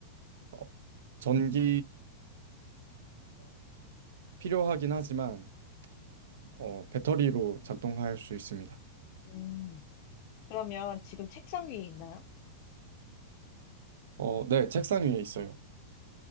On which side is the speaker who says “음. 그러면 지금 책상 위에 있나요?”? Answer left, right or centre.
Left